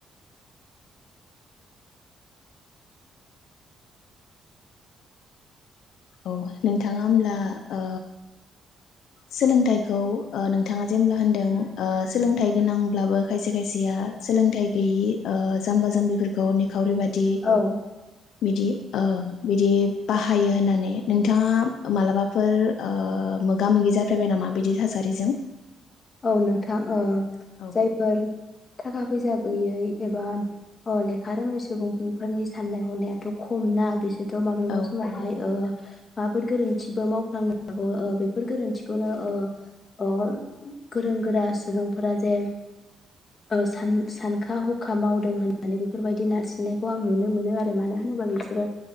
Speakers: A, on the left (about 75°); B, on the left (about 35°).
A: औ नोंथाङा होमब्ला ओ सोलोंथाइखौ ओ नोंथाङा जेनब्ला होनदों ओ सोलोंथाइ गोनांब्लाबो खायसे खायसेया सोलोंथाइ गैयि ओ जाम्बा जाम्बिफोरखौ निखावरि बादि
B: औ
A: बिदि ओं बिदि बाहायो होननानै नोंथाङा मालाबाफोर ओ मोगा मोगि जाफेरबाय नामा बिदि थासारिजों?
B: औ नोंथां, ओ
A: औ
B: जायफोर थाखा फैसा गैयै एबा ओ लेखा रोङै सुबुंफोरनि साननाय हनायाथ' खम ना बिसोर थ' माब्लाबा
A: औ
B: समावहाय ओ माबाफोर गोरोन्थिबो मावफ्लांनो हागौ ओ बेफोर गोरोन्थिखौनो ओ अ गोरों गोरा सुबुंफोरा जे ओ सान-सानखा हखा मावदों होननानै बेफोरबायदि नारसिननायखौ आं नुनो मोनो आरो मानो होनोबा बिसोरो